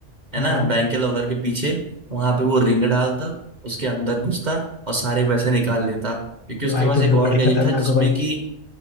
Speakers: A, on the right; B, on the left.
A: है
B: हाँ
A: ना बैंक के लॉकर के पीछे वहां पे वो रिंग डालता उसके अंदर घुसता और सारे पैसे निकाल लेता क्योंकि
B: अरे
A: उसके
B: भाई
A: पास
B: तुम
A: एक
B: तो
A: और
B: बड़े
A: गैजेट
B: खतरनाक
A: था जिसमें
B: हो भाई
A: कि